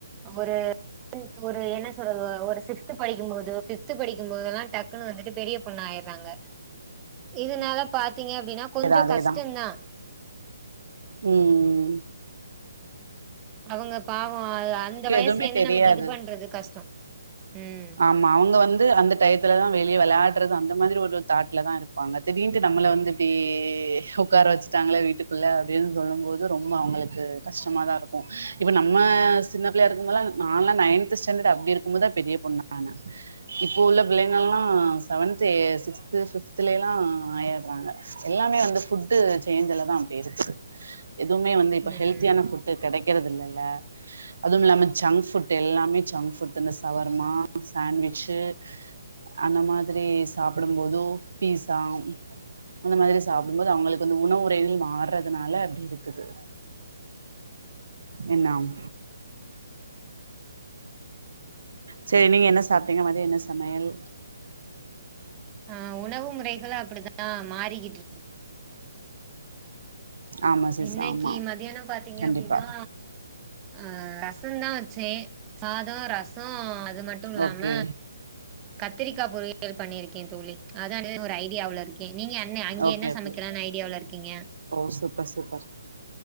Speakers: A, on the right; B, on the right.
A: ஒரு ஒரு என்ன சொல்றது ஒரு சிக்ஸ்த் படிக்கும்போதோ பிப்த்து படி படிக்கும் போதெல்லா டக்குன்னு வந்துட்டு பெரிய பொண்ணா ஆயிர்றாங்க இதனால பாத்தீங்க அப்டின்னா கொஞ்சம்
B: அதேதா அதேதா
A: கஷ்டம் தான்.
B: உம்
A: அவங்க பாவோ அந்த வயசுல
B: எதுவுமே
A: இருந்தே
B: தெரியாது
A: நமக்கு இது பண்றது கஷ்டோ ம்
B: ஆமா அவங்க வந்து அந்த டயத்துலதா வெளிய விளாட்டுறது அந்த மாறி ஒரு தாட்ல தா இருப்பாங்க திடீர்ன்டு நம்மள வந்து இப்டி உட்கார வச்சுட்டாங்களே வீட்டுக்குள்ள அப்டின்னு சொல்லும் போது ரொம்ப அவங்களுக்கு கஷ்டமாதா இருக்கும் இப்ப நம்ம சின்ன பிள்ளையா இருக்குபோதல்லா நால்லா நையன்த் ஸ்டேண்டர்ட் அப்டி இருக்கும் போதுதா பெரிய பொண்ணு ஆனே இப்போ உள்ள பிள்ளைங்க எல்லா செவன்த் சிக்ஸ்து பிப்துல எல்லா ஆயிற்றாங்க எல்லாமே வந்து ஃபுட்டு சேஞ்சுலதா அப்டி இருக்குது எதுவுமே வந்து இப்ப
A: ம்.
B: ஹெல்த்தியான ஃபுட் டு கிடைக்கிறது இல்ல இல்ல அதுவு இல்லாம ஜங்க்புட் எல்லாமே ஜங்க்பட் இந்த சவர்மா ஷேன் வெச்சு அந்த மாதிரி சாப்டும் போதோ பீஸா அந்த மாதிரி சாப்பிடுபோது அவங்களுக்கு வந்து உணவு முறைகள் மாறுறதுனால அப்டி இருக்குது என்னாம் சேரி நீங்க என்ன சாப்ட்டீங்க மதிய என்ன சமையல்
A: ஆ உணவு முறைகள் அப்படித்தா மாறிக்கிட்டு இரு
B: ஆமா சிஸ்
A: இன்னைக்கு
B: ஆமா
A: மதியானம் பாத்தீங்க
B: கண்டிப்பா
A: அப்டின்னா ஆ ரசந்தா வச்சே சாதம் ரசோ அது மட்டு இல்லாம
B: ஓகே
A: கத்திரிக்கா பொரியல் யல் பண்ணிருக்கே தோழி அதானது ஒரு ஐடியாவுல இருக்கே நீங்க என்ன அங்க
B: ஓகே
A: என்ன
B: ஓகே
A: சமைக்கலாம்னு ஐடியாவுல இருக்கீங்க
B: ஓ சூப்பர் சூப்பர்